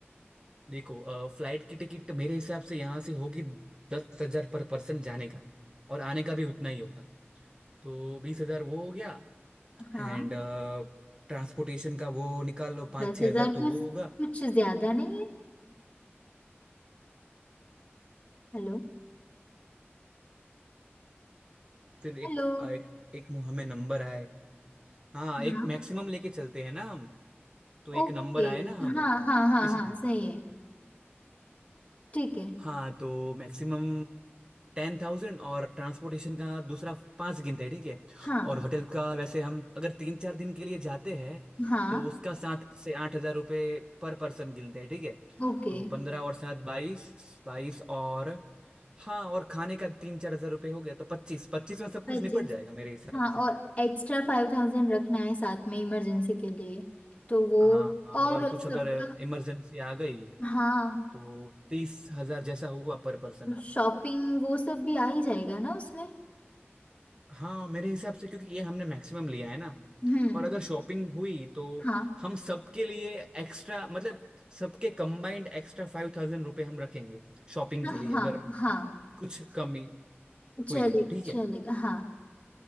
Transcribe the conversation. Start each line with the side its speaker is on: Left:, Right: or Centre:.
Right: देखो फ्लाइट की टिकट मेरे हिसाब से यहाँ से होगी दस हजार पर पर्सन जाने का और आने का भी उतना ही होगा तो बीस हजार वो हो गया
Left: हाँ
Right: एंड ट्रांसपोर्टेशन का वो निकाल लो पाँच
Left: दस
Right: छः
Left: हजार
Right: हजार तो
Left: कुछ
Right: वो होगा
Left: कुछ ज्यादा नहीं है हेलो
Right: फिर एक
Left: हेलो
Right: एक एक मुँह हमें नंबर आए हाँ
Left: हाँ
Right: एक मैक्सिमम लेके चलते हैं ना हम तो एक
Left: ओके
Right: नंबर आए ना हमें
Left: हाँ हाँ हाँ
Right: इसीलिए
Left: हाँ सही है ठीक है
Right: हाँ तो मैक्सिमम टेन थाउजेंड और ट्रांसपोर्टेशन का दूसरा पाँच गिनते हैं ठीक है
Left: हाँ
Right: और होटल का वैसे हम अगर तीन चार दिन के लिए जाते हैं
Left: हाँ
Right: तो उसका सात से आठ हजार रुपये पर पर्सन गिनते हैं ठीक है
Left: ओके
Right: तो पंद्रह और सात बाईस बाईस और हाँ और खाने का तीन चार हजार रुपये हो गया तो पच्चीस पच्चीस में सब कुछ
Left: पच्चीस
Right: निपट जाएगा मेरे हिसाब
Left: हाँ
Right: से
Left: और एक्स्ट्रा फाइव थाउजेंड रखना है साथ में इमरजेंसी के लिए तो वो
Right: हाँ अगर
Left: और
Right: कुछ
Left: सबका
Right: अगर इमरजेंसी आ गई
Left: हाँ
Right: तो तीस हजार जैसा हुआ पर पर्सन
Left: शॉपिंग वो सब भी आ ही जाएगा ना उसमें
Right: हाँ मेरे हिसाब से क्योंकि ये हमने मैक्सिमम लिया है ना
Left: हम्म
Right: और अगर शॉपिंग हुई तो
Left: हाँ
Right: हम सबके लिए एक्स्ट्रा मतलब सबके कंबाइंड एक्स्ट्रा फाइव थाउजेंड रुपये हम रखेंगे शॉपिंग
Left: हाँ
Right: के लिए अगर
Left: हाँ
Right: कुछ कमी
Left: चले
Right: हुई तो ठीक है
Left: चलेगा हाँ